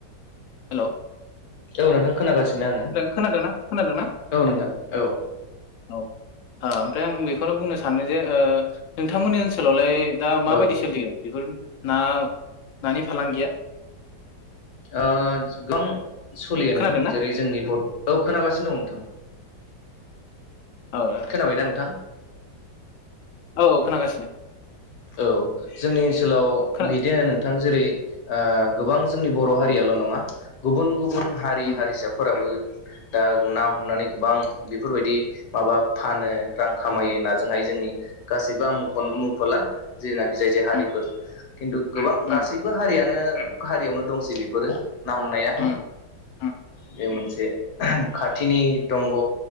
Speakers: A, on the left; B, on the left.
A: हेल'
B: औ नोंथां खोनागासिनो आङो। खोनादों खोनादों?
A: खोनादोंना खोनादोंना
B: औ नोंथां औ।
A: औ हो ओमफ्राय आं बेखौनो बुंनो सानो जे ओ नोंथांमोननि ओनसोलावलाय दा माबायदि
B: औ नोंथां
A: सोलियो बेफोर ना नानि फालांगिया?
B: ओह <inaudible> सोलियो
A: खोनादोंना
B: <inaudible> जेरै जोंनि <inaudible> औ खोनागासिनो दं नोंथां।
A: औ दे
B: खोनाबायना‌ नोंथां?
A: औ खोनागासिनो
B: औ जोंनि ओनसोलाव
A: खोना
B: बिदिनो नोंथां जेरै ओह गोबां जोंनि बर' हारियाल'
A: उम
B: नङा गुबुन गुबुन हारि
A: उम
B: हारिसाफोराबो दा ना हमनानै गोबां बेफोरबायदि माबा फानो रां खामायो नाजोंहाय नि गासैबो आं मुंखन मुंख'ला जेनाखि जाय जाय हारिफोर
A: उम
B: खिन्थु गोबां
A: उम
B: गासैबो हारियानो हारियावनो दंसै बेफोरो ना हमनाया
A: उम उम
B: बे मोनसे खाथिनि दंग'